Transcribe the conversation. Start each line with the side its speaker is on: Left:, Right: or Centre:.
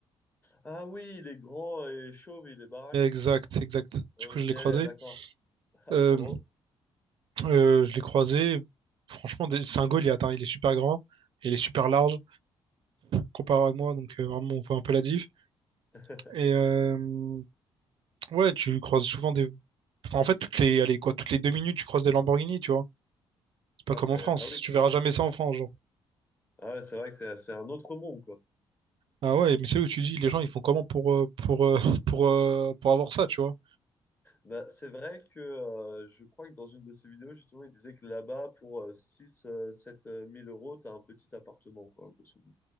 Left: Ah oui, il est grand et chauve, il est baraque.
Right: Exact, exact.
Left: Ok,
Right: Du coup, je l'ai
Left: d'accord.
Right: croisé.
Left: Ah
Right: Euh,
Left: trop drôle.
Right: euh, je l'ai croisé. Franchement, des- c'est un goal, il est, attends, il est super grand et il est super large comparé à moi. Donc, euh, vraiment, on voit un peu la diff.
Left: <laughs>
Right: Et euh, ouais, tu croises souvent des. Enfin, en fait, toutes les, allez, quoi, toutes les deux minutes, tu croises des Lamborghini, tu vois. C'est pas
Left: Ah
Right: comme
Left: c'est
Right: en France.
Left: ah oui,
Right: Tu
Left: c'est
Right: verras jamais ça en France, genre.
Left: ah ouais, c'est vrai que c'est c'est un autre monde quoi.
Right: Ah ouais, mais c'est où tu dis, les gens, ils font comment pour, euh, pour, euh, <laughs> pour, euh, pour avoir ça, tu vois.
Left: Bah, c'est vrai que euh, je crois que dans une de ses vidéos, justement, il disait que là-bas, pour euh, 6, euh, 7 euros, t'as un petit appartement, quoi, grosso modo.